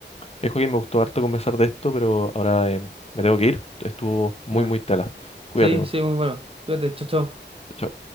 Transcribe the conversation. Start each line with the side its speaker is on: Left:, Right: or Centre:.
Left: Es Joaquín, me gustó harto conversar de esto, pero ahora em, me tengo que ir. Estuvo muy,
Right: ya.
Left: muy tela. Cuídate,
Right: Sí,
Left: bueno.
Right: sí, muy bueno. Cuídate, chao, chao.
Left: Chao.